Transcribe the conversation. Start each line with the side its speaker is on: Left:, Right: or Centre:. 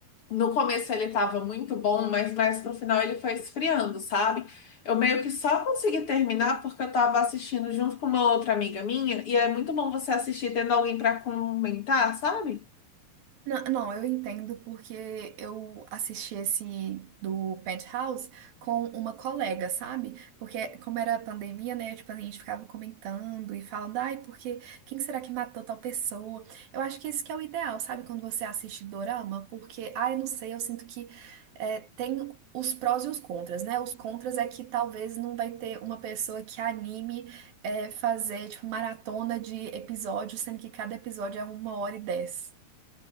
Left: no começo ele tava muito bom, mas mais pro final ele foi esfriando, sabe? Eu meio que só consegui terminar porque eu tava assistindo junto com uma outra amiga minha, e é muito bom você assistir tendo alguém pra comentar, sabe?
Right: Não, não, eu entendo porque eu assisti esse do Penthouse com uma colega, sabe? Porque como era a pandemia, né? Tipo, a gente ficava comentando e falando, ai, porque quem será que matou tal pessoa? Eu acho que esse que é o ideal, sabe? Quando você assiste dorama, porque, ai, não sei, eu sinto que é, tem os prós e os contras, né? Os contras é que talvez não vai ter uma pessoa que anime é, fazer, tipo, maratona de episódios, sendo que cada episódio é uma hora e dez.